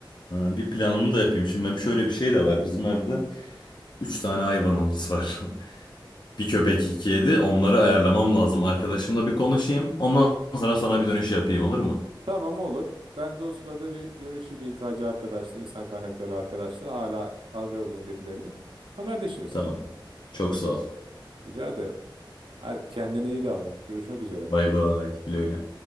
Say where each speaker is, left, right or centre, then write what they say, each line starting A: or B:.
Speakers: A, on the left; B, on the right.
A: Ee, bir planımı da yapayım. Şimdi benim şöyle bir şey de var. Bizim evde 3 tane hayvanımız var. <laughs> Bir köpek, iki kedi. Onları ayarlamam lazım. Arkadaşımla bir konuşayım. Ondan sonra sana bir dönüş yapayım olur mu?
B: Tamam olur. Ben de o sırada bir görüşeyim İK'cı arkadaşla, insan kaynakları arkadaşla. Hala arıyor mu birilerini? Haberleşiriz.
A: Tamam. Çok sağ ol.
B: Rica ederim. Hadi kendine iyi davran. Görüşmek üzere.
A: Bay bay. Güle güle.